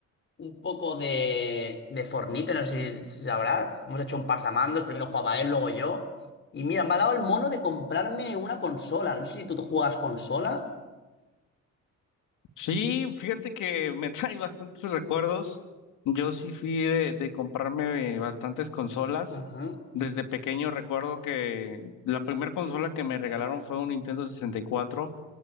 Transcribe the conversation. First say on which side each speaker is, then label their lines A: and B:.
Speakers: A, on the left; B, on the left.
A: un poco de, de Fortnite, no sé si, si sabrás. Hemos hecho un pasamandos, primero jugaba él, luego yo. Y mira, me ha dado el mono de comprarme una consola. No sé si tú juegas consola.
B: Sí, fíjate que me <laughs> trae bastantes recuerdos. Yo sí fui de, de comprarme bastantes consolas.
A: Ujú,
B: Desde pequeño recuerdo que la primera consola que me regalaron fue un Nintendo 64.